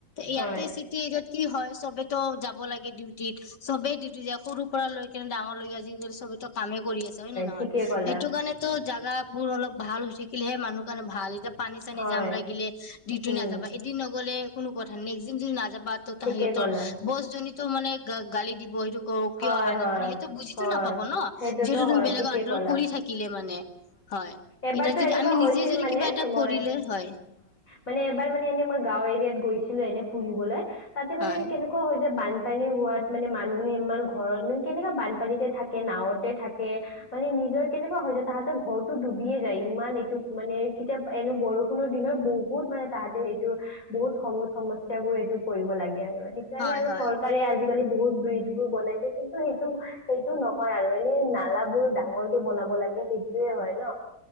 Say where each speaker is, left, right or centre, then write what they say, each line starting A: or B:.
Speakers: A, on the left; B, on the left.
A: ইয়াতে
B: হয়
A: চিট এৰিয়াত কি হয় চবেইটো যাব লাগে ডিউটিত চবেই ডিউটি যায় সৰু পৰা লৈ কেনে ডাঙৰলৈকে আজিকালি চবেই ত কামে কৰি আছে হয় নে নহয়?
B: ঠিকে ক'লা
A: সেইটো কাৰণেতো জাগা বোৰ অলপ ভাল হৈ থাকিলেহে মানুহ কাৰণে ভাল, এতিয়া পানী চানী
B: হয়
A: জাম লাগিলে দিউটি
B: উম
A: নাযাবা এদিন নগ'লে কোনো কথা নিজিম <unintelligible> নাযাব বা তহঁতৰ
B: ঠিকে
A: সিহঁতৰ
B: ক'লা
A: বছজনি ত মানে গা গালি দিব, সেইটো ক
B: হয়
A: কিয় অহা নাই?
B: হয়
A: সেইটো বুজিতো
B: হয়
A: নাপাব ন
B: সেইটোতো
A: যিহেটো তুমি
B: হয়
A: বেলেগৰ
B: ঠিকেই
A: আন্ধাৰত
B: ক'লা
A: কৰি থাকিলে মানে হয়,
B: এবাৰতো
A: এতিয়া যদি
B: এনেকুৱা
A: আমি
B: হৈছিল
A: নিজে যদি
B: মানে
A: কিবা এটা
B: মই
A: কৰিলে হয়
B: মানে এবাৰ মানে এনেই মই গাঁও এৰিয়াত গৈছিলো এনেই ফুৰিবলৈ। তাতে মানে
A: হয়
B: কেনেকুৱা হয় যে, বান বান পানী হোৱাত মানে মানুহে ইমান ঘৰত মানে কেনেকা বানপানীতে থাকে, নাৱতে থাকে, মানে নিজৰ কেনেকুৱা হয় যায়। তাহাঁতৰ ঘৰটো ডুবিয়ে যায় ইমান এইটো মানে কেতিয়া এনে বৰষুণৰ দিনত বহুত মানে তাহাঁতে এইটো বহুত সম সমস্যা বোৰ এইটো কৰিব লাগে আৰু। সেইকাৰণে
A: হয়
B: আৰু
A: হয়
B: চৰকাৰে আজি আজিকালি বহুত ব্ৰিজ বোৰ বনাইছে কিন্তু সেইটো সেইটো নহয় আৰু এনে নালা বোৰ ডাঙৰ কে বনাব লাগে, সেই সেইয়ে হয় ন।